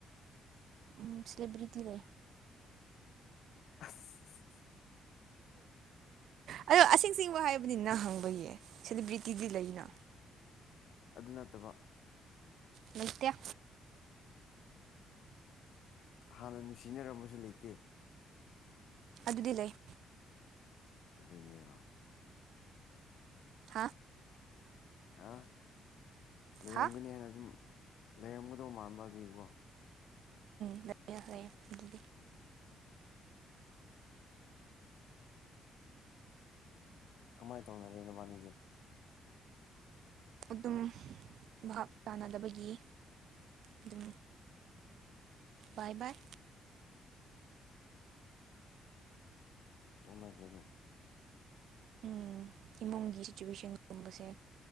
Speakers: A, on the right; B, on the left.
A: ꯎꯝ ꯁꯦꯂꯦꯕ꯭ꯔꯤꯇꯤ ꯂꯩ
B: <unintelligible>
A: ꯑꯗꯣ ꯑꯁꯦꯡ ꯑꯁꯦꯡꯕ ꯍꯥꯏꯕꯅꯤ ꯅꯪ ꯍꯪꯕꯒꯤ ꯁꯦꯂꯦꯕ꯭ꯔꯤꯇꯤꯗꯤ ꯂꯩꯅ꯫
B: ꯑꯗꯨ ꯅꯠꯇꯕ
A: ꯂꯩꯇꯦ
B: ꯍꯥꯟꯅ ꯅꯨꯡꯁꯤꯅꯔꯃꯁꯨ ꯂꯩꯇꯦ꯫
A: ꯑꯗꯨꯗꯤ ꯂꯩ꯫
B: ꯑꯗꯨꯅꯤꯕ
A: ꯍꯥ
B: ꯑ ꯂꯩꯔꯝꯒꯅꯤ
A: ꯍꯥ
B: ꯍꯥꯏꯅ ꯁꯨꯝ ꯂꯩꯔꯝꯒꯗꯧꯕ ꯃꯥꯟꯕ ꯑꯗꯨꯒꯤꯀꯣ
A: <unintelligible> ꯑꯗꯨꯗꯤ
B: ꯀꯃꯥꯏꯅ ꯇꯧꯅꯔꯦ ꯅꯣꯕꯥꯅꯤꯗꯤ
A: ꯑꯗꯨꯨꯝ ꯚꯥꯞ ꯇꯥꯟꯅꯗꯕꯒꯤ ꯑꯗꯨꯝ- ꯕꯥꯏ ꯕꯥꯏ
B: ꯇꯣꯛꯅꯈ꯭ꯔꯦꯗꯨꯝ꯫
A: ꯎꯝ ꯏꯃꯨꯡꯒꯤ ꯁꯤꯆꯨꯋꯦꯁꯟꯒꯨꯝꯕꯁꯦ